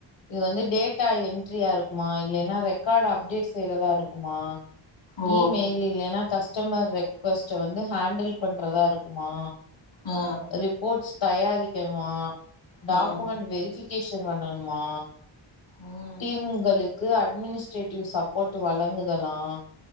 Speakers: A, on the left; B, on the left.
A: இது வந்து டேட்டா என்ட்ரியா இருக்குமா இல்லைன்னா ரெக்கார்டு அப்டேட் செய்றதா இருக்குமா
B: ஓ
A: ஈ மெயில் இல்லனா கஷ் கஸ்டமர் ரெக்வஸ்ட்ட வந்து ஹேண்டில் பண்றதா இருக்குமா
B: ஆ
A: ரிப்போர்ட்ஸ் தயாரிக்கணுமா டாக்குமெண்ட்
B: ஆ ஆ
A: வெரிஃபி கேஷன் பண்ணணுமா
B: ம்
A: டீம்களுக்கு க்கு அட்மினிஸ்ட்ரேட்டிவ் சப்போர்ட் வழங்குதலாம்